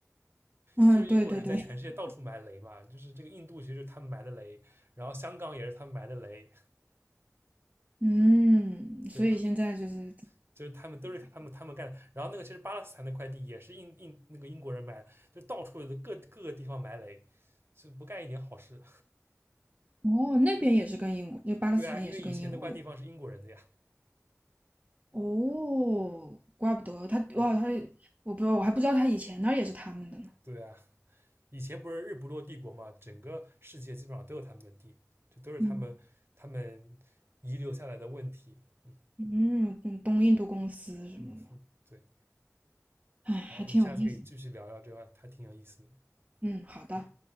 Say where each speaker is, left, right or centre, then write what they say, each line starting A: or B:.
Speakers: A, on the right; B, on the right.
A: 嗯，
B: 就是英国人在全世界到处埋雷嘛，
A: 对对对，
B: 就是这个印度其实就是他们埋的雷，然后香港也是他们埋的雷，
A: <laughs> 嗯，
B: 对吧？
A: 所以现在就是，
B: <laughs> 就是他们都是他们他们干的，然后那个其实巴勒斯坦那块地也是印印那个英国人埋的，就到处的各各个地方埋雷，就不干一点好事。
A: 哦，那边也是跟英国，就巴勒斯坦也是跟英国有关。
B: 对啊，因为以前那块地方是英国人的呀。
A: 哦，怪不得他哇，
B: 嗯，
A: 他我不知道，我还不知道他以前那儿也是他们的呢。
B: 对啊，以前不是日不落帝国嘛，整个世界基本上都有他们的地，这都是他们他们遗留下来的问题。
A: 嗯
B: 嗯
A: 嗯嗯，东印度公司什么的，
B: 嗯，嗯对。
A: 哎，还挺有意思。
B: 然后我们下次可以继续聊聊这块，还挺有意思的。
A: 嗯，好的。
B: 嗯。